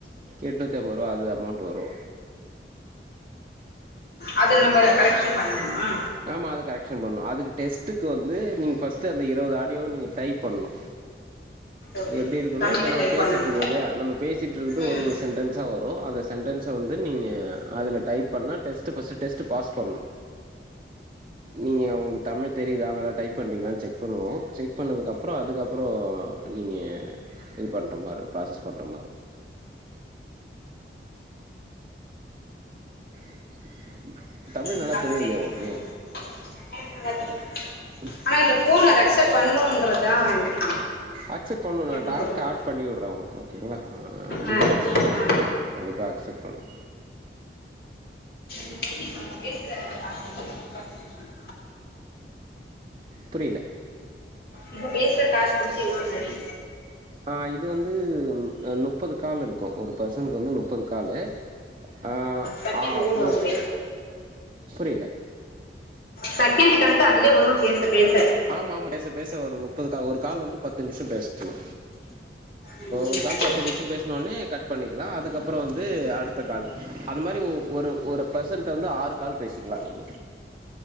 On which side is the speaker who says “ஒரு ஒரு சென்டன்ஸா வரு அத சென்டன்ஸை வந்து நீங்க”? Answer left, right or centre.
Right